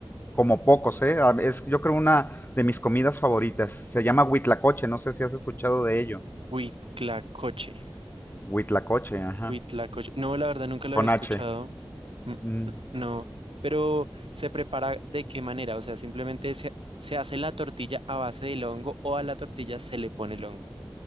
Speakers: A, on the left; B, on the right.
A: como pocos, ¿eh? Ah, Es, yo creo una de mis comidas favoritas. Se llama huitlacoche, no sé si has escuchado de ello.
B: Huitlacoche.
A: Huitlacoche, ajá,
B: Huitlacoche. No, la verdad nunca lo
A: con
B: había escuchado.
A: H.
B: N-
A: Mm.
B: n- No. Pero ¿se prepara de qué manera? O sea, simplemente se, se hace la tortilla a base del hongo o a la tortilla se le pone el hongo.